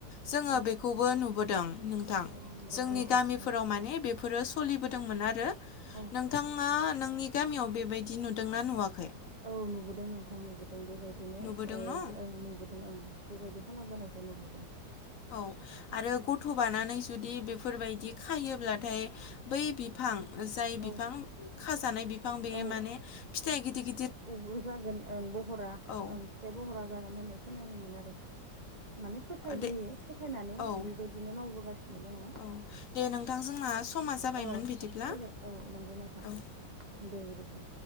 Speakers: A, on the left (about 60°); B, on the right (about 65°).
A: जोङो
B: औ
A: बेखौबो नुबोदों नोंथां।
B: औ नंगौ
A: जोंनि
B: नोंथां
A: गामिफोराव
B: औ
A: माने बेफ। बेफोरो सलिबोदोंमोन आरो।
B: औ
A: नोंथाङा नोंनि गामियाव बेबायदि नुदोंना नुवाखै?
B: औ नुबोदों नोंथां नुबोदों बेबायदिनो
A: नुबोदों
B: ओ
A: न'
B: ओं नुबोदों ओं। बेबायदि खालामबोनायखौ नुबोदों।
A: औ आरो
B: औ
A: गथ' बानानै जुदि बे‌। फोरबायदि खायोब्लाथाय बै बिफां। जाय
B: औ
A: बिफां खाजानाय बिफां बेयो
B: औ
A: माने फिथाइ गिदिर-गिदिर।
B: <unintelligible> जागोन ओं बहरा
A: औ
B: ओं फिथाइ बहरा जागोन होननाय खोनायोमोन आरो। माने फोथायबोयो
A: दे
B: फोथायनानै
A: औ
B: बेबायदिनो मावबोगासिनो। दङ'
A: औ दे नोंथां जोंना समा जाबायमोन
B: अ!
A: बिदिब्ला
B: फैबाय औ नंगौ नोंथां।
A: औ
B: दे बिदिब्ला।